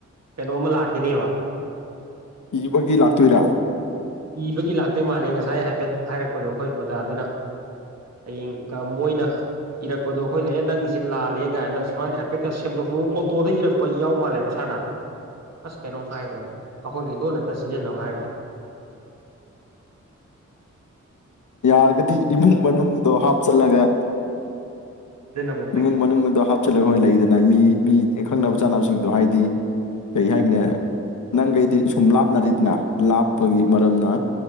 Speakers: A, on the right; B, on the left.
A: ꯀꯩꯅꯣꯃ ꯂꯥꯛꯈꯤꯅꯦꯕ
B: ꯏꯕꯒꯤ ꯂꯥꯛꯇꯣꯏꯔꯥ
A: ꯏꯕꯒꯤ ꯂꯥꯛꯇꯣꯏ ꯃꯥꯜꯂꯦ ꯉꯁꯥꯏ ꯍꯥꯏꯐꯦꯠ ꯍꯥꯏꯔꯛꯄꯗꯣ ꯑꯩꯈꯣꯏ ꯑꯣꯖꯥꯗꯨꯅ ꯍꯌꯦꯡꯀ ꯃꯣꯏꯅ ꯏꯔꯛꯄꯗꯣ ꯑꯩꯈꯣꯏꯅ ꯑꯦ ꯅꯪꯒꯤꯖꯦ ꯂꯥꯜꯂꯦ ꯀꯥꯏꯅ ꯁꯨꯃꯥꯏꯅ ꯍꯥꯏꯐꯦꯠꯀ ꯁꯦꯝꯗꯣꯛꯄ ꯑꯣꯇꯣꯗ ꯏꯔꯛ ꯄꯣꯏ ꯌꯥꯎ ꯃꯥꯜꯂꯦ ꯃꯁꯥꯅ ꯑꯁ ꯀꯩꯅꯣꯝ ꯍꯥꯏꯈꯔꯦ ꯑꯩꯈꯣꯏꯒꯤ ꯂꯣꯟ ꯉꯛꯇ ꯁꯤꯟꯖꯟꯅꯧ ꯍꯥꯏꯔꯒ
B: ꯌꯥꯔꯒꯗꯤ ꯏꯃꯨꯡ ꯃꯅꯨꯡꯗꯣ ꯍꯥꯞꯆꯜꯂꯒ
A: ꯑꯗꯨꯅꯕꯨ ꯐꯩ
B: ꯏꯃꯨꯡ ꯃꯅꯨꯡ ꯑꯗꯨꯗ ꯍꯥꯞꯆꯤꯜꯂꯒ ꯍꯣꯏ ꯂꯩꯗꯅ ꯃꯤ ꯃꯤ ꯈꯪꯅꯕ ꯆꯥꯅꯕꯁꯤꯡꯗꯣ ꯍꯥꯏꯗꯤ ꯀꯩ ꯍꯥꯏꯒꯅꯤ ꯅꯪꯒ ꯑꯩꯑꯗꯤ ꯁꯨꯝ ꯂꯥꯞꯅꯔꯤꯗꯅ ꯂꯥꯞꯄꯒꯤ ꯃꯔꯝꯅ